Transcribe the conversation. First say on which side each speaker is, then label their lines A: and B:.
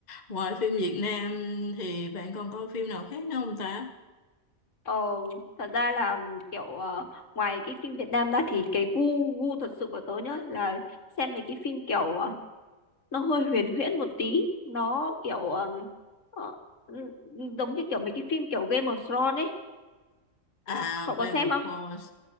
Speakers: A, on the left; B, on the left.
A: ngoài phim Việt Nam thì bạn còn coi phim nào khác nữa không ta
B: Ờ, thật ra là kiểu ờ, ngoài cái phim Việt Nam ra thì cái gu gu thật sự của tớ nhá là xem mấy cái phim kiểu ờ, nó hơi huyền huyễn một tí nó kiểu ờm, ờ, ừ, ừ, giống như kiểu mấy cái phim kiểu Game of Thrones ấy
A: À,
B: cậu có
A: Game
B: xem
A: of
B: không?
A: Thrones.